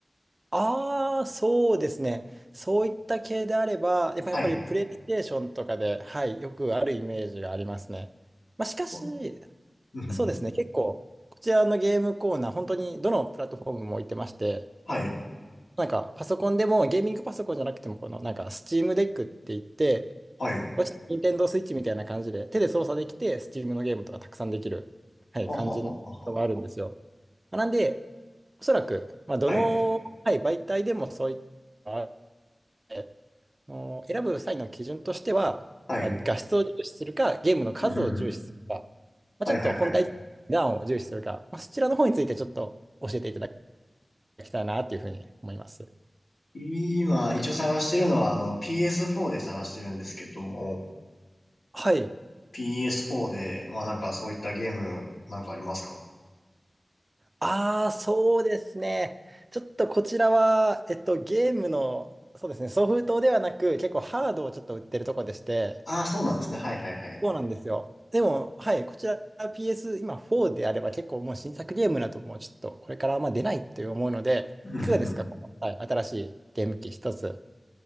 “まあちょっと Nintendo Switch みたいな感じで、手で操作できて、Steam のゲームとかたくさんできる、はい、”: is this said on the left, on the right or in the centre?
Right